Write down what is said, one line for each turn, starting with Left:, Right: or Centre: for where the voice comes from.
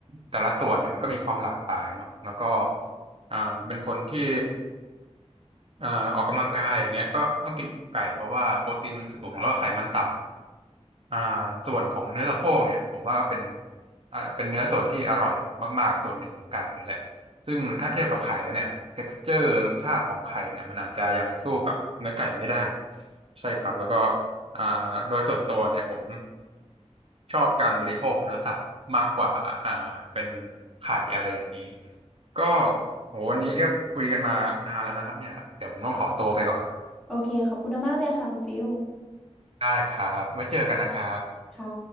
Right: แต่ละส่วนเนี่ยมันก็มีความหลากหลายเนาะแล้วก็อ่าเป็นคนที่ อ่าออกกำลังกายอย่างเงี้ยก็ต้องกินไก่เพราะว่าโปรตีนมันสูงแล้วก็ไขมันต่ำอ่าส่วนของเนื้อสะโพกเนี่ยผมว่าก็เป็นอ่าเป็นเนื้อส่วนที่อร่อยมากๆส่วนหนึ่งของไก่เลยแหละซึ่งถ้าเทียบกับไข่แล้วเนี่ยเท็กซ์เจอร์รสชาติของไข่เนี่ยมันอาจจะยังสู้กับเนื้อไก่ไม่ได้ใช่ครับแล้วก็อ่าโดยส่วนตัวเนี่ยผม ชอบการบริโภคเนื้อสัตว์มากกว่าอ่าเป็นไข่อะไรอย่างนี้ก็โหวันนี้ก็คุยกันมานานแล้วนะครับเนี่ยเดี๋ยวผมต้องขอตัวไปก่อน
Centre: โอเคขอบคุณมากเลยค่ะคุณฟิล
Right: ได้ครับไว้เจอกันนะครับ
Centre: ค่ะ